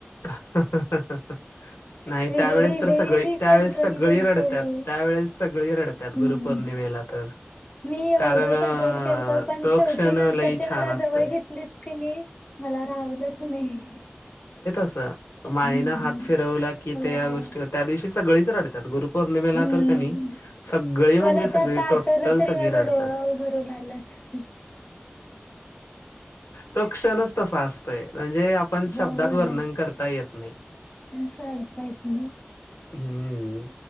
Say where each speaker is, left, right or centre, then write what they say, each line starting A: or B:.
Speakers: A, on the left; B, on the left.
A: ह नाही
B: मी
A: त्यावेळेस
B: लई
A: तर
B: लई
A: सगळी
B: मी
A: त्यावेळेस
B: कंट्रोल
A: सगळी
B: केलतो
A: रडतात
B: मी
A: त्यावेेळेस सगळी रडतात त्यात
B: हम्म
A: गुरुपौर्णिमेला तर
B: मी
A: कारण
B: एवढं
A: अ,
B: कंट्रोल केलतो पण
A: तो
B: शेवटी
A: क्षण
B: नंतर
A: लई
B: ते
A: छान
B: मला
A: असतोय
B: जवळ घेतलेत की नाही मला रावलंच नाही
A: स मायनं
B: हम्म
A: हात फिरवला की
B: होय
A: ते या गोष्टी त्या दिवशी सगळीच रड गुरुपौर्णिमेला
B: हम्म
A: तर क नाही सगळी म्हणजे
B: मला
A: सगळी
B: ते आता
A: टोटल
B: आठवलं तरी
A: सगळी
B: माझं
A: राडतात
B: डोळं भरून आल्यात.
A: तो क्षणच तसा असतोय म्हणजे आपण शब्दात
B: हो होय
A: वर्णन
B: होय
A: करता येत नाही
B: साडेपाच ना
A: हम्म